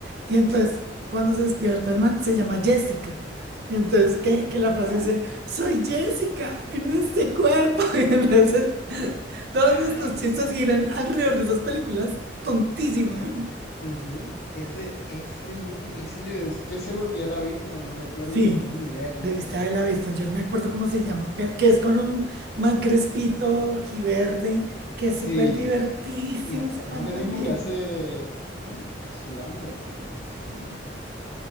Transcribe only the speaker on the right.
y entonces cuando se despierta el man se llama Jessica. Y entonces,
¿qué? Que la frase dice... Soy Jessica en este cuerpo. <laughs> Y Entonces, todos
nuestros
chistes giran alrededor de esas películas tontísimas.
Sí,
debiste
haberla visto. Yo no me acuerdo cómo se llama, pero que es con un man crespito, verde que
es súper divertísimo
ese
man
también.